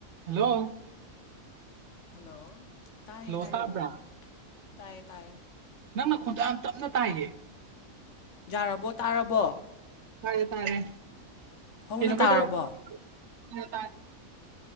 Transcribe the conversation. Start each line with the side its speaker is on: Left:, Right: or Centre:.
Right: ꯍꯜꯂꯣ
Left: ꯍꯜꯂꯣ ꯇꯥꯏ
Right: ꯍꯜꯂꯣ
Left: ꯍꯥꯏꯔꯛꯑꯣ
Right: ꯁꯥꯕ꯭ꯔꯥ
Left: ꯇꯥꯏ ꯇꯥꯏ
Right: ꯅꯪꯅ ꯈꯣꯟꯗ ꯌꯥꯝ ꯇꯞꯅ ꯇꯥꯏꯌꯦ
Left: ꯌꯥꯔꯕꯣ ꯇꯥꯔꯕꯣ
Right: ꯇꯥꯔꯦ ꯇꯥꯔꯦ
Left: ꯍꯧꯅ
Right: ꯀꯩꯅ
Left: ꯇꯥꯔꯕꯣ
Right: ꯀꯩ ꯇꯧꯔ ꯇꯔ ꯇꯥꯔꯦ